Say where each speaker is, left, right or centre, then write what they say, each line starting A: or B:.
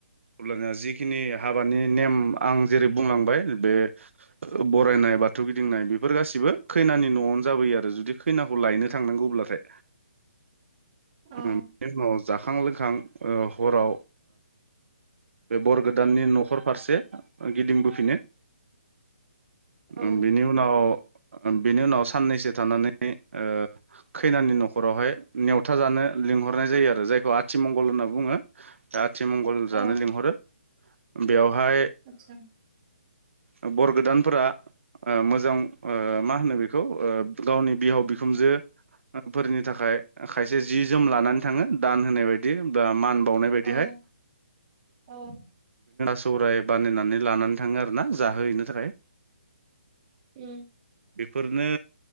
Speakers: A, on the right; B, on the right.
A: अब्लानिया जिखिनि हा बानि नेम आं जेरै बुंलांबाय बे बरायनाय बाथौ गिदिंनाय बेफोर गासिबो खैनानि न'आवनो जाबोयो आरो जुदि खैनाखौ लायनो थांनांगौब्लाथाय।
B: औ
A: <inaudible> उम बेनि उनाव जाखां लोंखां हराव बे बर गोदाननि न' खर फारसे गिदिंबोफिनो।
B: औ
A: उम बेनि उनाव ओ बिनि उनाव साननैसो थानानै ओ खैनानि न'खरावहाय नेवथा जानो लिंहरनाय जायो आरो जायखौ आथि मं गल होनना बुङो दाशआथिमंगल
B: औ
A: जानो लिंहरो। बेयाव हाय
B: आतसा
A: ओ बर गोदानफोरा आ मोजां ओ मा होनो बेखौ गावनि बिहाव बिखुनजोफोरनि थाखाय खायसे जि जोम लानानै थाङो दान होनाय बाय दि बा मान बावनाय बायदिहाय
B: औ औ
A: सौराय बानायनानै लानानै थाङो आरो ना जाहोहैनो थाखाय।
B: उम
A: फोरनो